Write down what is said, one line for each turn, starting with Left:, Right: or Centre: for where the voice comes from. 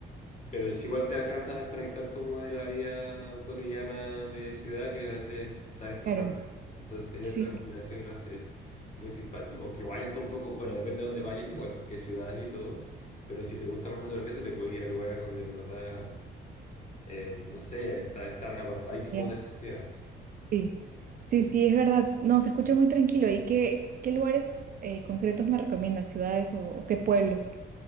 Left: pero si igual te alcanzas a desconectar como de la vida cotidiana de ciudad, que a veces es tan estresante.
Right: Claro,
Left: Entonces
Right: sí,
Left: esa combinación lo hace muy simpático. Aunque igual está un poco, bueno, depende de dónde vayas igual, porque hay ciudades y todo, pero si te gusta más la naturaleza, te puedes ir a lugares donde en verdad, eh, no sé, está- están apartadísimos
Right: ya,
Left: de la sociedad.
Right: sí, sí, sí, es verdad. No, se escucha muy tranquilo. ¿Y qué, qué lugares eh, concretos me recomiendas? ¿Ciudades o, o qué pueblos?